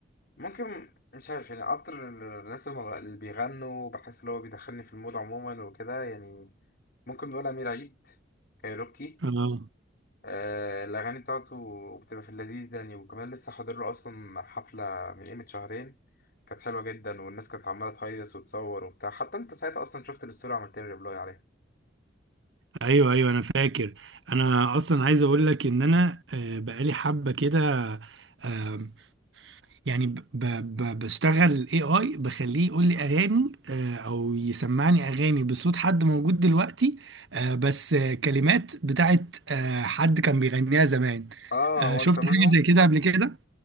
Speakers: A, on the left; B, on the right.
A: ممكن مش عارف يعني اكتر الناس اللي اللي بيغنوا بحس اللي هو بيدخلني في المود عموما وكده يعني ممكن نقول أمير عيد كايروكي
B: اه
A: آه الأغاني بتاعته بتبقى في اللذيذ يعني وكمان لسه حاضر له أصلا حفلة من قيمة شهرين كانت حلوة جدا والناس كانت عمالة تهيص وتصور وبتاع حتى أنت ساعتها أصلا شفت الستوري وعملت لي ريبلاي عليها
B: ايوه ايوه انا فاكر انا اصلا عايز اقول لك ان انا آه، بقالي حبه كده آه، يعني ب ب بشتغل الاي اي بخليه يقول لي اغاني آه، او يسمعني اغاني بصوت حد موجود دلوقتي آه، بس آه، كلمات بتاعت آه، حد كان بيغنيها زمان
A: آه
B: آه،
A: وأنت
B: شفت
A: منهم
B: حاجة زي كده قبل كده